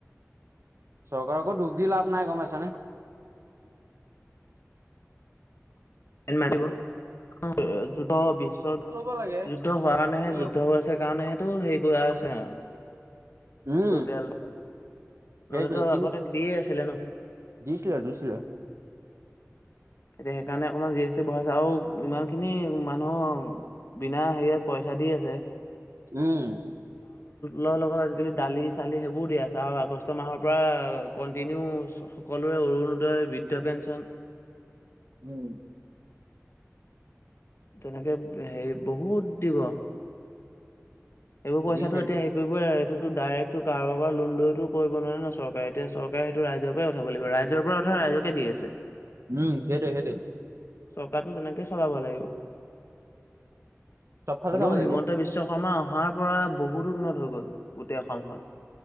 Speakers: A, on the right; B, on the left.
A: চৰকাৰকো দুখ দি লাভ নাই গম পাইছানে।
B: <unintelligible> পত যুদ্ধ হোৱাৰ
A: ল'ব লাগে
B: কাৰণেহে
A: এতিয়া
B: যুদ্ধ
A: হ'ল।
B: হৈ আছে কাৰণে সেইটো হেৰি কৰা হৈছে।
A: উম
B: তেল ব
A: সেইটোৱে
B: নহলেতো
A: কিন
B: আগতে দিয়ে আছিলে ন।
A: দিছিলে দিছিলে
B: এতিয়া সেইকাৰণে অকণমান জি এছ টি বঢ়াইছে আৰু ইমান খিনি মানুহৰ বিনা হেৰিয়ত পইচা। দি আছে।
A: উম।
B: লগ লগত আজিকালি দালি চালি। বহুত দিয়া আছে আৰু আগষ্ট মাহৰ পৰা কন্টিনিউ সকলোৰে অৰুণোদয়, বৃদ্ধ পেঞ্চন।
A: উম।
B: তেনেকে হেৰি বহুত দিব। এইবোৰ পইচাটো
A: দিছে
B: এতিয়া হেৰি কৰিবই। ডাইৰেক্টটো কাৰোবাৰ পৰা লোন লৈতো কৰিব নোৱাৰে ন চৰকাৰে এতিয়া চৰকাৰে সেইটো ৰাইজৰ পৰাই উঠাব লাগিব ৰাইজৰ পৰা উঠাব। ৰাইজকে দি আছে।
A: উম হেইটোয়ে হেইটোয়ে।
B: টকাটো তেনেকেই চলাব লাগিব।
A: চবফালে
B: হলও
A: চাব লাগিব।
B: হিমন্ত বিশ্ব শৰ্মা অহাৰ পৰা বহুতো উন্নত হৈ গল গোটেই অসমখন।